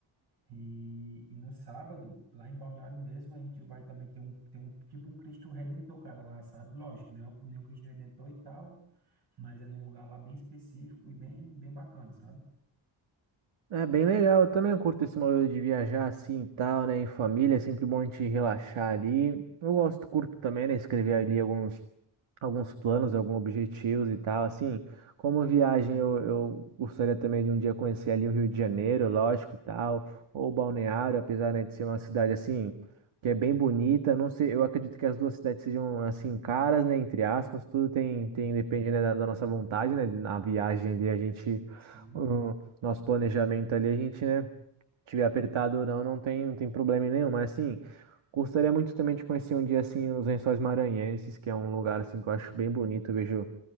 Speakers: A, on the right; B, on the right.
A: e, e no sábado, lá em Balneário mesmo, a gente vai também ter um, ter um, tipo um Cristo Redentor, cara, lá, sabe? Lógico, não é o- nem um Cristo Redentor e tal, mas é num lugar lá bem específico e bem, bem bacana, sabe?
B: É bem legal. Eu também curto esse modelo de viajar assim e tal, né? Em família, é sempre bom a gente relaxar ali. Eu gosto, curto também, né? Escrever ali alguns. alguns planos, alguns objetivos e tal. Assim, como viagem, eu, eu gostaria também de um dia conhecer ali o Rio de Janeiro, lógico e tal, ou Balneário, apesar, né, de ser uma cidade assim. Que é bem bonita, não sei, eu acredito que as duas cidades sejam assim caras, né, entre aspas, tudo tem,
A: Sim,
B: tem depende, né, da, da nossa vontade, né, de- na viagem ali a gente,
A: sim,
B: o nosso planejamento ali a gente, né tiver apertado ou não, não tem, não tem problema nenhum. Mas assim, gostaria muito também de conhecer um dia assim os Lençóis Maranhenses, que é um lugar assim que eu acho bem bonito. Eu vejo